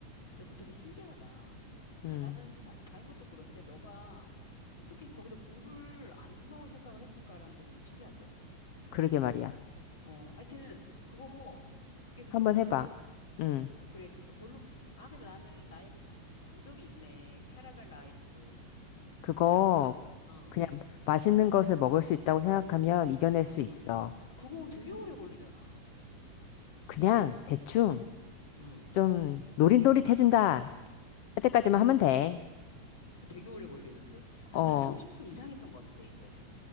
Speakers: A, on the left; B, on the left.
A: 야, 그거 되게 신기하다.
B: 음,
A: 아, 나는 다, 다른 것도 그런데 너가 어떻게 거기다 물을 안 넣을 생각을 했을까라는 게 너무 신기한데?
B: 그러게 말이야.
A: 어, 하여튼, 그거, 그게 그렇게
B: 한번
A: 맛있다고.
B: 해봐. 음,
A: 어, 그래. 그러니까 별로, 아, 근데 나는 나의 그 장, 장벽이 있네. 캐러멜라이즈드.
B: 그거
A: 양파. 어,
B: 그냥 맛있는 것을 먹을 수 있다고 생각하면 이겨낼 수
A: 응.
B: 있어.
A: 그거 되게 오래 걸리잖아.
B: 그냥 대충
A: 응, 응.
B: 좀 노릇노릇해진다 할 때까지만 하면 돼.
A: 되게 오래 걸리는데. 한,
B: 어,
A: 한 30분 이상 했던 것 같은데, 예전에.